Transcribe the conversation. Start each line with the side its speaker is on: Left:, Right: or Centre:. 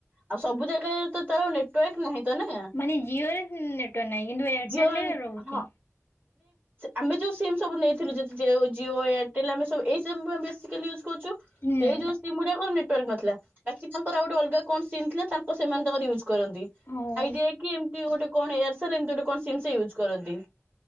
Right: ଆଉ ସବୁ ଜାଗାରେ ତା ନେ ଟୁଏକ ନାହିଁ ତ ନାଁ
Left: ମାନେ ଜିଓରେ ନେଟୱାର୍କ ନାହିଁ କିନ୍ତୁ ଏୟାରଟେଲରେ
Right: ଜିଓ ର
Left: ରହୁଛି।
Right: ହଁ। ଆମେ ଯୋଉ ସିମ୍ ସବୁ ନେଇଥିଲୁ ଜିଓ ଏୟାରଟେଲ ଆମେ ସବୁ ଏଇ ସିମ୍ ବେଶୀ କାଲି ୟଜ୍‌ କରୁଛୁ।
Left: ହୁଁ
Right: ଏଇ ଯୋଉ ସିମ୍ ଗୁଡାର ନେଟୱାର୍କ ନଥିଲା ବାକି ତାଙ୍କର ଆ ଗୋଟେ ଅଲଗା କଣ ସିମ୍ ଥିଲା। ତାଙ୍କ ସେମାନେ ତାଙ୍କର ୟୁଜ୍‌ କରନ୍ତି
Left: ହଉ
Right: ଆଇଡିଆ କି ଏମିତି ଗୋଟେ କଣ ଏୟାରସଲ ଗୋଟେ କଣ ସିମ୍ ୟୁଜ୍‌ କରନ୍ତି।